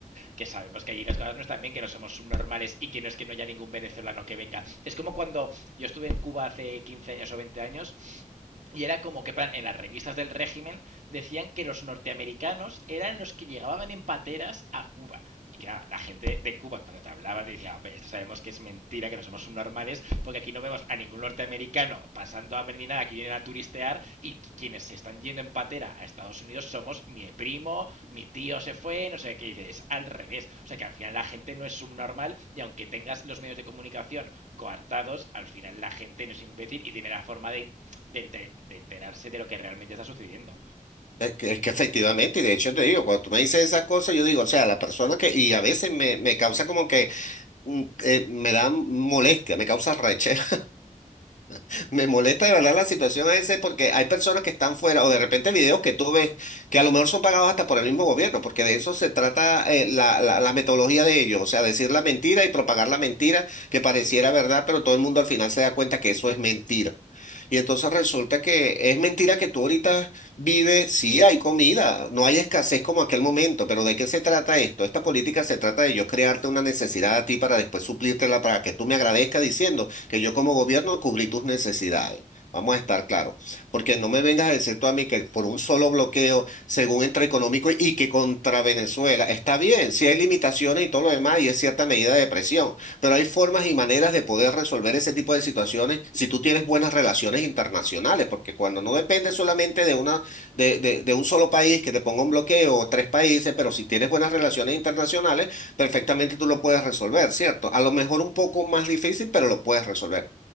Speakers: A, on the right; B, on the left.
A: que sabemos que allí las cosas no están bien, que no somos subnormales y que no es que no haya ningún venezolano que venga. Es como cuando yo estuve en Cuba hace 15 años o 20 años y era como que en las revistas del régimen decían que los norteamericanos eran los que llegaban en pateras a Cuba. Y claro, la gente de Cuba cuando te hablaba te decía, hombre, esto sabemos que es mentira, que no somos subnormales, porque aquí no vemos a ningún norteamericano pasando hambre ni nada, que vienen a turistear y quienes se están yendo en patera a Estados Unidos somos mi primo, mi tío se fue, no sé qué dices, es al revés. O sea que al final la gente no es subnormal y aunque tengas los medios de comunicación coartados, al final la gente no es imbécil y tiene la forma de, de, ente- de enterarse de lo que realmente está sucediendo.
B: es que, es que efectivamente, y de hecho te digo, cuando tú me dices esas cosas, yo digo, o sea, la persona que, y a veces me, me causa como que mm, eh, me da molestia, me causa rechazo, <laughs> me molesta de verdad la situación a veces porque hay personas que están fuera, o de repente videos que tú ves que a lo mejor son pagados hasta por el mismo gobierno, porque de eso se trata eh, la, la, la metodología de ellos, o sea, decir la mentira y propagar la mentira que pareciera verdad, pero todo el mundo al final se da cuenta que eso es mentira. Y entonces resulta que es mentira que tú ahorita vives, sí hay comida, no hay escasez como aquel momento, pero ¿de qué se trata esto? Esta política se trata de yo crearte una necesidad a ti para después suplírtela para que tú me agradezcas diciendo que yo como gobierno cubrí tus necesidades. Vamos a estar claros, porque no me vengas a decir tú a mí que por un solo bloqueo, según entre económico y que contra Venezuela, está bien, si hay limitaciones y todo lo demás, y es cierta medida de presión, pero hay formas y maneras de poder resolver ese tipo de situaciones si tú tienes buenas relaciones internacionales, porque cuando no depende solamente de una, de, de- de un solo país que te ponga un bloqueo o tres países, pero si tienes buenas relaciones internacionales, perfectamente tú lo puedes resolver, ¿cierto? A lo mejor un poco más difícil, pero lo puedes resolver.